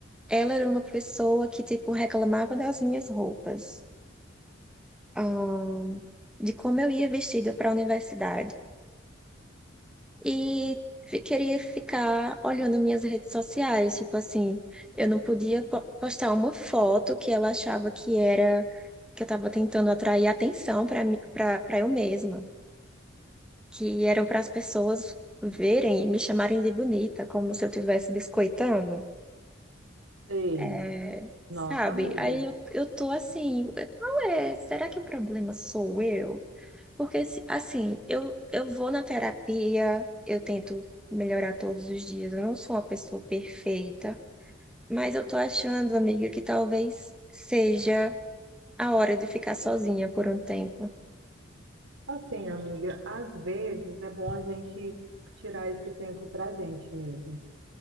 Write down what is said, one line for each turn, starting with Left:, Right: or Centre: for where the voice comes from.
Centre: ela era uma pessoa que, tipo, reclamava das minhas roupas, ahn, de como eu ia vestida para a universidade. E fi- queria ficar olhando minhas redes sociais, tipo assim, eu não podia po- postar uma foto que ela achava que era, que eu estava tentando atrair atenção para mim, para para eu mesma. que eram para as pessoas verem e me chamarem de bonita, como se eu estivesse biscoitando,
Right: Sei,
Centre: é,
Right: nossa
Centre: sabe?
Right: amiga.
Centre: Aí eu, eu tô assim, qual é? Será que o problema sou eu? Porque, se- assim, eu, eu vou na terapia, eu tento melhorar todos os dias, eu não sou uma pessoa perfeita, mas eu tô achando, amiga, que talvez seja a hora de ficar sozinha por um tempo.
Right: Assim, amiga, às vezes é bom a gente tirar esse tempo pra gente mesmo.